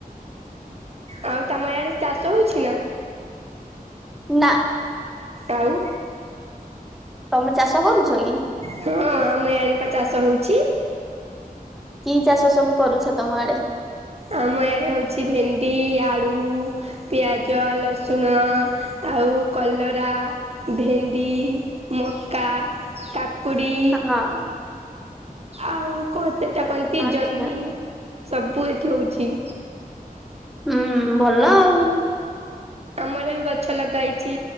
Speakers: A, on the right; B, in the centre.
A: ଆଉ ତମ ୟଡେ ଚାଷ ହଉଛି ନା?
B: ନା
A: ଆଉ
B: ତମେ ଚାଷ କରୁଛ କି?
A: ହଁ ଆମ ଏଆଡେ ପା ଚାଷ ହଉଛି।
B: କି ଚାଷ ସବୁ କରୁଛ ତମ ଆଡେ?
A: ଆମ ୟାରେ ହଉଛି ଭେଣ୍ଡି ଆଳୁ ପିଆଜ ଲସୁଣ ଆଉ କଲରା। ଭେଣ୍ଡି ମକା କାକୁଡ଼ି।
B: ହଁ
A: ଆଉ କଣ ସେଟା କହନ୍ତି
B: ଆଚ୍ଛା।
A: ଜହ୍ନି ସବୁ ଏଠି ହଉଛି।
B: ହୁଁ ଭଲ ଆଉ।
A: ଆମର ବି ଗଛ ଲଗା ହେଇଛି।